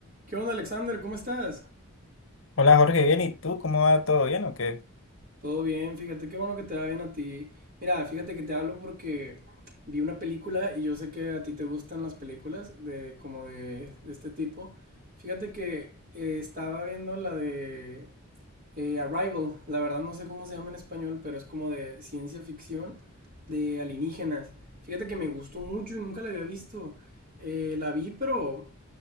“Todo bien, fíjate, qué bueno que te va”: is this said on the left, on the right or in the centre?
Right